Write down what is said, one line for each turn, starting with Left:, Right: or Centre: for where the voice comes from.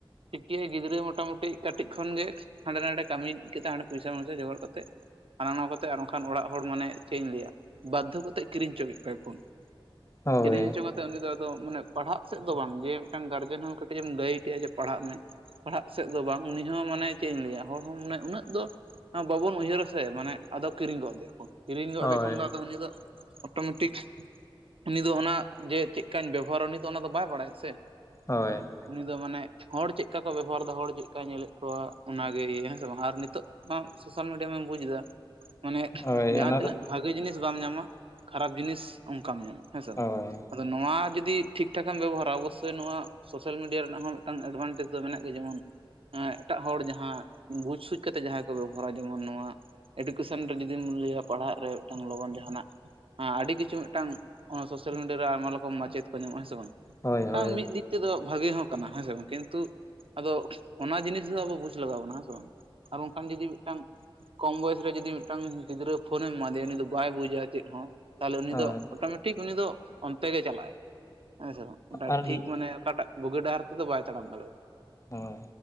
Right: ᱴᱷᱤᱠ ᱠᱮᱜ ᱮ ᱜᱤᱫᱽᱨᱟᱹ ᱢᱳᱚᱴᱟᱢᱩᱴᱤ ᱠᱟᱹᱴᱤᱡ ᱠᱷᱚᱱ ᱜᱮ ᱦᱟᱸᱰᱮ ᱱᱟᱱᱰᱮ ᱠᱟᱹᱢᱤ ᱠᱮᱫᱟ ᱦᱟᱸᱰᱮ ᱯᱚᱭᱥᱟ ᱢᱚᱭᱥᱟ ᱡᱚᱜᱟᱲ ᱠᱟᱛᱮ᱾ ᱦᱟᱱᱟ ᱱᱚᱣᱟ ᱠᱟᱛᱮ ᱟᱨ ᱚᱱᱠᱟᱱ ᱚᱲᱟᱜ ᱦᱚᱲ ᱢᱟᱱᱮ ᱪᱮᱫ ᱤᱧ ᱞᱟᱹᱭᱟ ᱵᱟᱫᱽᱫᱷᱚ ᱠᱚᱛᱮᱮᱫ ᱠᱤᱨᱤᱧᱪᱚᱭᱮᱜ ᱠᱚᱣᱟᱭ ᱯᱷᱳᱱ
Left: ᱦᱳᱭ
Right: ᱠᱤᱨᱤᱧ ᱦᱚᱪᱚ ᱠᱟᱛᱮᱮᱫ ᱩᱱᱤ ᱫᱚ ᱟᱫᱚ ᱢᱟᱱᱮ ᱯᱟᱲᱦᱟᱜ ᱥᱮᱫ ᱫᱚ ᱵᱟᱝ ᱡᱮ ᱢᱤᱫᱴᱟᱱ ᱜᱟᱨᱡᱮᱱ ᱦᱚᱸ ᱠᱟᱹᱴᱤᱡ ᱮᱢ ᱜᱟᱹᱭᱤᱰᱮᱭᱟ ᱡᱮ ᱯᱟᱲᱦᱟᱜ ᱢᱮ ᱯᱟᱲᱦᱟᱜ ᱥᱮᱫ ᱫᱚ ᱵᱟᱝ ᱩᱱᱤ ᱦᱚᱸ ᱢᱟᱱᱮ ᱪᱮᱫ ᱤᱧ ᱞᱟᱹᱭᱟ ᱦᱚᱲ ᱦᱚᱸ ᱢᱟᱱᱮ ᱩᱱᱟᱹᱜ ᱫᱚ᱾ ᱵᱟᱵᱚᱱ ᱩᱭᱦᱟᱹᱨᱟ ᱥᱮ ᱢᱟᱱᱮ ᱟᱫᱚ ᱠᱤᱨᱤᱧ ᱜᱚᱫ ᱟᱫᱮᱭᱟᱠᱚ ᱠᱤᱨᱤᱧ ᱜᱚᱫ
Left: ᱦᱳᱭ
Right: ᱫᱮᱠᱷᱟᱱ ᱫᱚ ᱟᱫᱚ ᱩᱱᱤ ᱫᱚ᱾ ᱚᱴᱳᱢᱮᱴᱤᱠ᱾ ᱩᱱᱤ ᱫᱚ ᱚᱱᱟ ᱡᱮ ᱪᱮᱫᱠᱟᱧ ᱵᱮᱵᱚᱦᱟᱨᱟ ᱩᱱᱤ ᱫᱚ ᱚᱱᱟ ᱫᱚ ᱵᱟᱭ ᱵᱟᱲᱟᱭᱟ ᱥᱮ᱾
Left: ᱦᱳᱭ
Right: ᱩᱱᱤ ᱫᱚ ᱢᱟᱱᱮ ᱦᱚᱲ ᱪᱮᱫᱠᱟ ᱠᱚ ᱵᱮᱵᱚᱦᱟᱨ ᱫᱟ ᱦᱚᱲ ᱪᱮᱫᱞᱮᱠᱟᱭ ᱧᱮᱞᱮᱫ ᱠᱚᱣᱟ ᱚᱱᱟᱜᱮ ᱤᱭᱟᱹᱭᱟᱭ ᱦᱮᱸ ᱥᱮ ᱵᱟᱝ ᱟᱨ ᱱᱤᱛᱚᱜ᱾ ᱵᱟᱝ ᱥᱳᱥᱟᱞ ᱢᱤᱰᱤᱭᱟᱢᱟᱢ ᱵᱩᱡᱽ ᱮᱫᱟ᱾ ᱢᱟᱱᱮ
Left: ᱦᱳᱭ
Right: ᱡᱟᱦᱟᱸᱛᱤᱤᱱᱟᱹᱜ
Left: ᱚᱱᱟ ᱠᱚ
Right: ᱵᱷᱟᱜᱮ ᱡᱤᱱᱤᱥ ᱵᱟᱢ ᱧᱟᱢᱟ ᱠᱷᱟᱨᱟᱯ ᱡᱤᱱᱤᱥ ᱚᱱᱠᱟᱢ ᱧᱟᱢᱟ᱾ ᱦᱮᱸᱥᱮ
Left: ᱦᱳᱭ
Right: ᱟᱫᱚ ᱱᱚᱣᱟ ᱡᱩᱫᱤ ᱴᱷᱤᱠ ᱴᱷᱟᱠᱮᱢ ᱵᱮᱵᱚᱦᱟᱨᱟ ᱚᱵᱚᱥᱥᱳᱭ ᱱᱚᱣᱟ ᱥᱳᱥᱟᱞ ᱢᱤᱰᱤᱭᱟ ᱨᱮᱱᱟᱜ ᱦᱚᱸ᱾ ᱢᱤᱫᱴᱟᱝ ᱮᱰᱵᱷᱟᱱᱴᱮᱡᱽ ᱫᱚ ᱢᱮᱱᱟᱜ ᱜᱮᱭᱟ ᱡᱮᱢᱚᱱ ᱟ ᱮᱴᱟᱜ ᱦᱚᱲ ᱡᱟᱦᱟᱸ ᱵᱩᱡᱽ ᱥᱩᱡ ᱠᱟᱛᱮ ᱡᱟᱦᱟᱸᱭ ᱠᱚ ᱵᱮᱵᱚᱦᱟᱨᱟ ᱡᱮᱢᱚᱱ ᱱᱚᱣᱟ᱾ ᱮᱰᱩᱠᱮᱥᱚᱱ ᱨᱮ ᱡᱩᱫᱤᱢ ᱞᱮᱹᱭᱟ ᱯᱟᱲᱦᱟᱜ ᱨᱮ ᱢᱤᱫᱴᱟᱝ ᱞᱚᱜᱚᱱ ᱡᱟᱦᱟᱱᱟᱜ᱾ ᱦᱮᱸ ᱟᱹᱰᱤ ᱠᱤᱪᱷᱩ ᱢᱤᱫᱴᱟᱝ ᱚᱱᱟ ᱥᱳᱥᱟᱞ ᱢᱤᱰᱤᱭᱟ ᱨᱮ ᱟᱭᱢᱟ ᱞᱚᱠᱚᱢ ᱢᱟᱪᱮᱫ ᱠᱚ ᱧᱟᱢᱚᱜᱼᱟ ᱦᱮᱸ ᱥᱮ ᱵᱟᱝ᱾
Left: ᱦᱳᱭ ᱦᱳᱭ
Right: ᱵᱟᱝ ᱢᱤᱫ ᱫᱤᱠ ᱛᱮᱫᱚ ᱵᱷᱟᱜᱮ ᱦᱚᱸ ᱠᱟᱱᱟ᱾ ᱦᱮᱸ ᱥᱮ ᱵᱟᱝ ᱠᱤᱱᱛᱩ ᱟᱫᱚ ᱚᱱᱟ ᱡᱤᱱᱤᱥ ᱫᱚ ᱟᱵᱚ ᱵᱩᱡ ᱞᱟᱜᱟᱣᱟ ᱵᱚᱱᱟ ᱦᱮᱸ ᱥᱮ ᱵᱟᱝ᱾ ᱟᱨ ᱚᱱᱠᱟᱱ ᱡᱩᱫᱤ ᱢᱤᱫᱴᱟᱝ᱾ ᱠᱚᱢ ᱵᱚᱭᱮᱥ ᱨᱮ ᱡᱩᱫᱤ ᱢᱤᱫᱴᱟᱝ ᱜᱤᱫᱽᱨᱟᱹ ᱯᱷᱳᱱᱮᱢ ᱮᱢᱟᱫᱮᱭᱟ ᱩᱱᱤ ᱫᱚ ᱵᱟᱭ ᱵᱩᱡᱟ ᱪᱮᱫ ᱦᱚᱸ᱾ ᱛᱟᱦᱚᱞᱮ
Left: ᱦᱳᱭ
Right: ᱩᱱᱤ ᱫᱚ ᱚᱴᱳᱢᱮᱴᱤᱠ ᱩᱱᱤ ᱫᱚ ᱚᱱᱛᱮ ᱜᱮ ᱪᱟᱞᱟᱜ ᱟᱭ ᱦᱮᱸ ᱥᱮ ᱵᱟᱝ
Left: ᱟᱨ
Right: ᱴᱷᱤᱠ
Left: ᱦᱳᱭ
Right: ᱢᱟᱱᱮ ᱚᱠᱟᱴᱟᱜ᱾ ᱵᱳᱜᱮ ᱰᱟᱦᱟᱨ ᱛᱮ ᱫᱚ ᱵᱟᱭ ᱛᱟᱲᱚᱢ ᱫᱟᱲᱮᱭᱟᱜ᱾
Left: ᱦᱳᱸᱭ